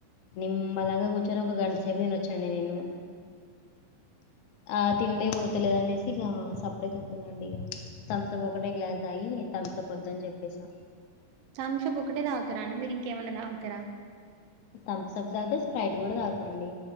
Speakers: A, on the left (about 75°); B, on the right (about 80°).
A: నిమ్మల్లంగా కూర్చొని ఒక గంట సేపు తినొచ్చండి నేను ఆ తిండే పోతలేదనేసి ఇగ సప్పుడ ఎక్కుదండి ఇక థంసప్ ఒకటే గ్లాస్ దాగి థంసప్ ఒద్దని చెప్పేసా
B: తంషాప్ ఒకటే తాగుతారా అండి మీరు ఇంకేమైన్నా తాగుతారా
A: థమ్స్ అప్ తాగితే స్ప్రైట్ కూడా తాగుతా అండి